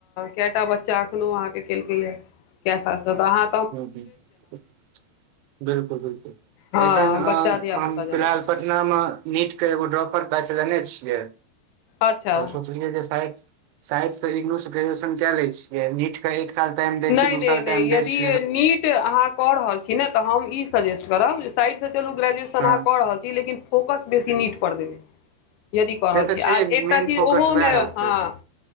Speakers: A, on the left; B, on the right.
A: कटा बच्चा अखनो अहाँ के केलकय क हाँ
B: ह बिलकुल बिलकुल
A: हँ
B: एखन अ
A: बच्चा धियापुता
B: हम
A: जेना
B: फिलहाल पटना मे नीट के एगो ड्रॉपर बैच लेने छियै
A: अच्छा
B: आओर सोचलियै जे साइड स इंगनू स ग्रेजुएशन कए ले छिये य नीट के एक साल टाइम देय
A: नहि
B: छी दू
A: नहि
B: साल
A: नहि
B: टाइम
A: यदि
B: देय छी
A: नीट अहाँ कऽ रहल छी ने तऽ हम ई सजेस्ट करब जे साइडसँ चलू ग्रेजुएशन
B: हँ
A: अहाँ कऽ रहल छी लेकिन फोकस बेसी नीट पर देबै यदि कऽ रहल
B: से तऽ
A: छी आ
B: छैहे
A: एकटा
B: मेन
A: चीज
B: फोकस
A: ओहोमे
B: वएह रहतै
A: हँ